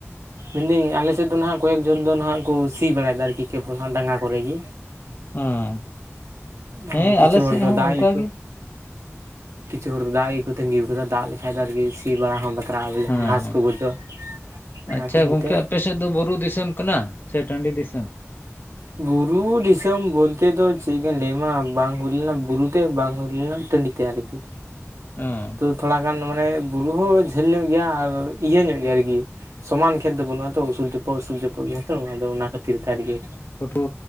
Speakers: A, on the right; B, on the left.
A: ᱢᱮᱱᱮᱫᱟᱹᱧ ᱟᱞᱮᱥᱮᱫ ᱫᱚ ᱱᱟᱦᱟᱜ ᱠᱚᱭᱮᱠ ᱡᱚᱱ ᱫᱚ ᱱᱟᱦᱟᱜ ᱠᱚ ᱥᱤ ᱵᱟᱲᱟᱭᱮᱫᱟ ᱟᱨᱠᱤ ᱠᱮᱯᱚᱞ ᱦᱟᱜ ᱰᱟᱸᱜᱟ ᱠᱚᱨᱮᱜ ᱜᱮ
B: ᱚ ᱦᱮᱸ
A: ᱟᱨ ᱠᱤᱪᱷᱩ
B: ᱟᱞᱮ
A: ᱦᱚᱲ
B: ᱥᱮᱫ
A: ᱫᱚ
B: ᱦᱚᱸ
A: ᱫᱟᱜ
B: ᱚᱱᱠᱟᱜᱮ
A: ᱜᱮᱠᱚ ᱠᱤᱪᱷᱩ ᱦᱚᱲ ᱫᱚ ᱫᱟᱜ ᱜᱮᱠᱚ ᱛᱟᱸᱟᱹᱜᱤᱣᱟᱴ ᱟᱠᱟᱫᱟ ᱫᱟᱜ ᱞᱮ ᱱᱮᱛᱟᱨ ᱜᱮ ᱜᱮ ᱥᱤ ᱵᱟᱲᱟ ᱦᱚᱸ ᱵᱟᱛᱨᱟᱜᱼᱟ ᱵᱚᱞᱮ
B: ᱦᱮᱸ
A: ᱜᱷᱟᱥ
B: ᱦᱮᱸ
A: ᱠᱚ ᱜᱚᱡᱚᱜᱼᱟ ᱚᱱᱟ
B: ᱟᱪᱪᱷᱟ
A: ᱠᱚ ᱤᱭᱟᱹᱛᱮ
B: ᱜᱚᱝᱠᱮ ᱟᱯᱮᱥᱮᱫ ᱫᱚ ᱵᱩᱨᱩ ᱫᱤᱥᱚᱢ ᱠᱟᱱᱟ ᱠᱟᱱᱟ ᱥᱮ ᱴᱟᱺᱰᱤ ᱫᱤᱥᱚᱢ?
A: ᱵᱩᱨᱩ ᱫᱤᱥᱚᱢ ᱵᱚᱞᱛᱮ ᱫᱚ ᱪᱮᱫ ᱞᱟᱹᱭᱟᱢᱟ ᱵᱟᱝ ᱦᱩᱭ ᱞᱮᱱᱟ ᱵᱩᱨᱩ ᱛᱮ ᱵᱟᱝ ᱦᱩᱭ ᱞᱮᱱᱟ ᱴᱟᱺᱰᱤ ᱛᱮ ᱟᱨᱠᱤ
B: ᱚ
A: ᱛᱚ ᱛᱷᱚᱲᱟ ᱜᱟᱱ ᱢᱟᱱᱮ ᱵᱩᱨᱩ ᱦᱚᱸ ᱡᱷᱟᱹᱞ ᱧᱚᱜ ᱜᱮᱭᱟ ᱟᱨ ᱤᱭᱟᱹ ᱧᱚᱜ ᱜᱮᱭᱟ ᱟᱨᱠᱤ ᱥᱚᱢᱟᱱ ᱠᱷᱮᱛ ᱫᱚ ᱵᱟᱹᱱᱩᱜ ᱟᱛᱚ ᱩᱥᱩᱞ ᱪᱚᱯᱚᱜ ᱩᱥᱩᱞ ᱪᱚᱯᱚᱜ ᱜᱮᱭᱟᱛᱚ ᱟᱫᱚ ᱚᱱᱟ ᱠᱷᱟᱹᱛᱤᱨ ᱛᱮ ᱟᱨᱜᱮ
B: ᱠᱚᱴᱩ